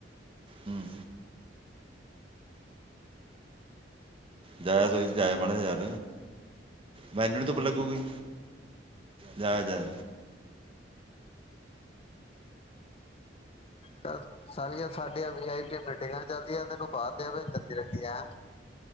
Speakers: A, on the right; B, on the left.
A: ਹਮ ਜਾਇਆ ਬਈ, ਜਾਇਆ ਮਾੜਾ ਯਾਰ, ਮੈਨੂੰ ਨੀ ਧੁੱਪ ਲੱਗੂਗੀ। ਜਾ, ਜਾ।
B: ਤਾਂ, ਸਾਾਲੀਆ ਸਾਡੀਆਂ, ਵੀ ਆਈ ਪੀ, ਮੀਟਿੰਗਾਂ ਚੱਲਦੀਆਂ ਤੈਨੂੰ, ਬਾਹਦ ਦੇ ਵਿੱਚ ਜਾਂਦੀ ਰਹਿੰਦੀ ਹੈ।